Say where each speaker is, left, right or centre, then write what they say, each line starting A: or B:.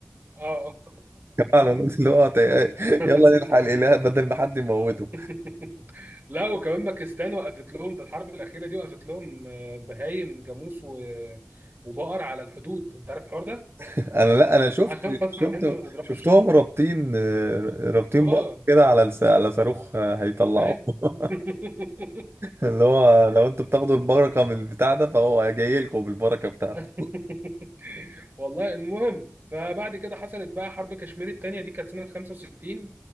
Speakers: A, on the right; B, on the right.
A: اه
B: فعلا <laughs> اللي هو طي-
A: <laughs>
B: يلا نلحق الاله بدل ما حد يموته
A: آه. <laughs> لا وكمان باكستان وقفت لهم في الحرب الأخيرة دي وقفت لهم آه، بهايم جاموس و... وبقر على الحدود أنت عارف الحوار ده؟
B: انا لا
A: <laughs>
B: انا شفت
A: عشان خاطر
B: شفت
A: الهند ما تضربش
B: شفتهم رابطين رابطين
A: اه
B: بقر كده على الس- على صاروخ هيطلعوه
A: أيوة
B: <laughs>
A: <laughs>
B: اللي هو لو انتوا بتاخدوا البركه من البتاع ده فهو جاي لكم بالبركه بتاعته
A: <laughs> والله المهم فبعد كده حصلت بقى حرب كشمير التانية دي كانت سنة 65